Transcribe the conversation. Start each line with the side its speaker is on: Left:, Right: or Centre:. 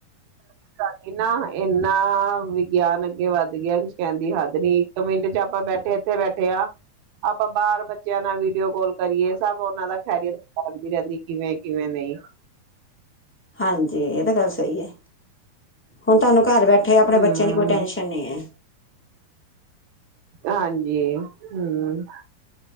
Right: ਅ ਇੰਨਾ ਇੰਨਾ ਵਿਗਿਆਨ ਅੱਗੇ ਵੱਧ ਗਿਆ, ਕੁਛ ਕਹਿਣ ਦੀ ਹੱਦ ਨਈ। ਇੱਕ ਮਿੰਟ ਚ ਆਪਾਂ ਬੈਠੇ ਇੱਥੇ ਬੈਠੇ ਆ। ਆਪਾਂ ਬਾਹਰ ਬੱਚਿਆਂ ਨਾਲ ਵੀਡੀਓ ਕੋਲ ਕਰੀਏ, ਸਭ ਉਹਨਾਂ ਦਾ ਖ਼ੈਰੀਅਤ ਪਤਾ ਲੱਗਦੀ ਰਹਿੰਦੀ ਕਿਵੇਂ- ਕਿਵੇਂ ਨਹੀ।
Centre: ਹਾਂਜੀ, ਇਹ ਤਾਂ ਗੱਲ ਸਹੀ ਐ। ਹੁਨ ਤੁਹਾਨੂੰ ਘਰ ਬੈਠਿਆ ਆਪਣੇ
Right: ਹਮ
Centre: ਬੱਚਿਆਂ ਦੀ ਕੋਈ ਟੈਨਸ਼ਨ ਨਈ ਹੈ।
Right: ਹਾਂਜੀ ਹੂੰ